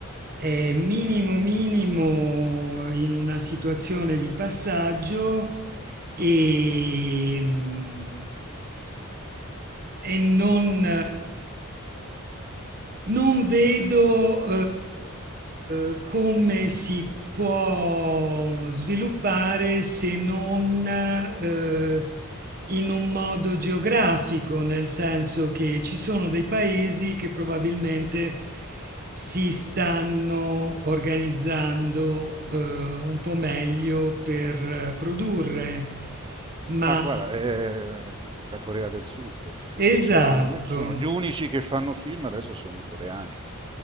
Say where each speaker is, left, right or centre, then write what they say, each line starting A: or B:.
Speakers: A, on the right; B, on the right.
A: è minimo minimo in una situazione di passaggio e, mm, e non, non vedo, eh, come si può sviluppare se non, eh, in un modo geografico, nel senso che ci sono dei paesi che probabilmente si stanno organizzando, eh, un po' meglio per eh, produrre. Ma
B: Ah, guarda, eh, la Corea del Sud, cioè,
A: esatto.
B: sec- secondo me sono gli unici che fanno film adesso sono i coreani,